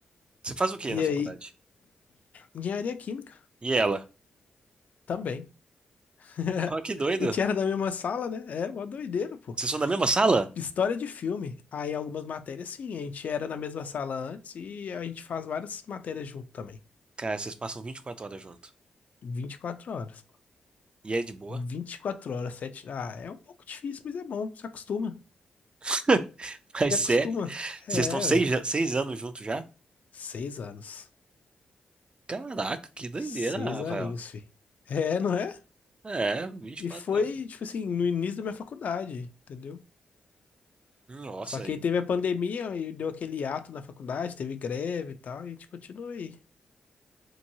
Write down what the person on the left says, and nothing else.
E
aí,
engenharia química
também. <laughs>
A gente era da mesma sala, né? É, uma doideira, pô.
História de filme. Aí algumas matérias, sim, a gente era na mesma sala antes e a gente faz várias matérias junto também.
24 horas, pô.
24 horas, 7. Ah, é um pouco difícil, mas é bom. Se acostuma.
Se
acostuma. É,
ué.
Seis anos.
Seis
aninhos, fi. É, não é?
E
foi,
tipo assim, no início da minha faculdade, entendeu?
Só que
aí teve a pandemia e deu aquele ato na faculdade, teve greve e tal, e a gente continua aí.